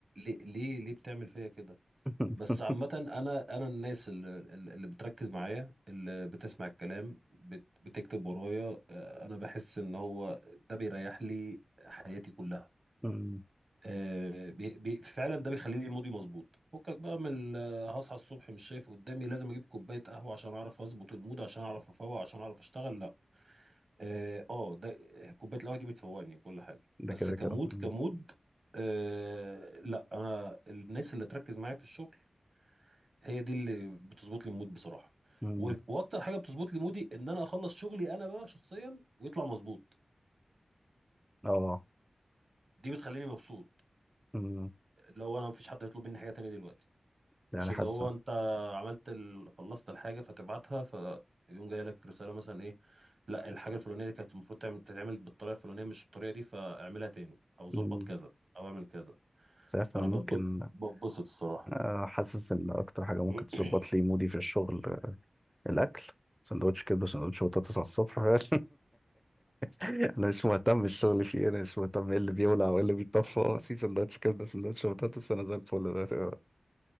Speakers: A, on the right; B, in the centre.
A: ليه ليه ليه بتعمل فيا كده
B: <laughs>
A: بس عامه انا انا الناس اللي, اللي بتركز معايا اللي بتسمع الكلام بت بتكتب ورايا آه، انا بحس ان هو ده بيريح لي حياتي كلها
B: أمم.
A: آه، بي بي فعلا ده بيخلي لي مودي مظبوط فكك بقى من ال- آه، هصحى الصبح مش شايف قدامي لازم اجيب كوبايه قهوه عشان اعرف اظبط المود عشان اعرف افوق عشان اعرف اشتغل لا اه آه، ده كوبايه القهوه دي بتفوقني وكل حاجه
B: ده
A: بس
B: كده
A: كمود
B: كده أمم.
A: كمود آه لا انا الناس اللي تركز معايا في الشغل هي دي اللي بتظبط لي المود بصراحه
B: أمم.
A: و- واكتر حاجه بتظبط لي مودي ان انا اخلص شغلي انا بقى شخصيا ويطلع مظبوط
B: اه
A: دي بتخليني مبسوط
B: أمم.
A: لو انا مفيش حد يطلب مني حاجه تانية دلوقتي
B: يعني
A: مش اللي
B: حاسه
A: هو انت عملت ال... خلصت الحاجه فتبعتها فيقوم جاي لك رساله مثلا ايه لا الحاجه الفلانيه دي كانت المفروض تعمل تتعمل بالطريقه الفلانيه مش الطريقه دي فاعملها تاني او ظبط
B: أمم.
A: كذا او اعمل كذا
B: مش عارف
A: فانا
B: انا ممكن
A: ببض- ببسط الصراحه
B: آه، حاسس ان اكتر حاجه ممكن
A: <clears throat>
B: تظبط لي مودي في الشغل الاكل سندوتش كبده سندوتش بطاطس على الصبح <laughs> انا مش مهتم بالشغل فيه انا مش مهتم ايه اللي بيولع وايه اللي بيطفى هو في سندوتش كبده سندوتش بطاطس انا زي الفل دلوقتي